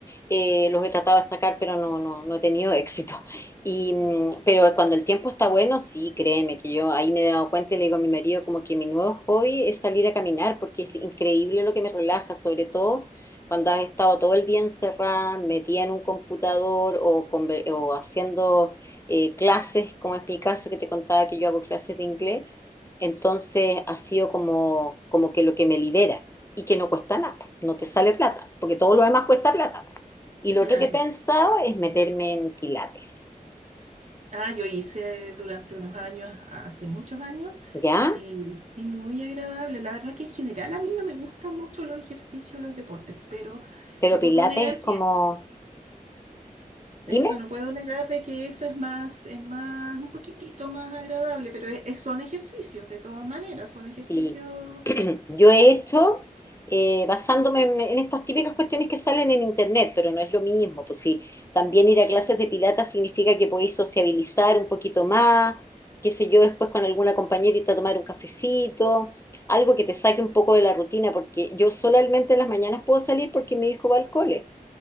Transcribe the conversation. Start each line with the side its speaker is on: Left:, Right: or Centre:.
Left: Eh, los he tratado de sacar, pero no, no, no he tenido <laughs> éxito. Y, mm,
Right: mm,
Left: pero cuando el tiempo está bueno, sí, créeme que yo ahí me he dado cuenta y le digo a mi marido como que mi nuevo hobby es salir a caminar porque es increíble lo que me relaja, sobre todo cuando has estado todo el día encerrada, metida en un computador o, conver- o haciendo eh, clases, como es mi caso que te contaba que yo hago clases de inglés. Entonces ha sido como, como que lo que me libera y que no cuesta nada, no te sale plata, porque todo lo demás cuesta plata. Y lo
Right: Claro.
Left: otro que he pensado es meterme en pilates.
Right: Ah, yo hice durante unos años, a- hace muchos años,
Left: ¿Ya?
Right: y, y muy agradable. La verdad que en general a mí no me gustan mucho los ejercicios, los deportes, pero
Left: Pero
Right: no
Left: Pilates
Right: puedo negar
Left: es como,
Right: Eso
Left: dime,
Right: no puedo negar de que eso es más, es más, un poquitito más agradable, pero e- e- son ejercicios, de todas maneras, son ejercicios,
Left: si <clears throat> yo he hecho eh, basándome en, en estas típicas cuestiones que salen en internet, pero no es lo mismo, pues sí, también ir a clases de Pilates significa que podéis sociabilizar un poquito más, qué sé yo, después con alguna compañerita tomar un cafecito, algo que te saque un poco de la rutina, porque yo solamente en las mañanas puedo salir porque mi hijo va al cole.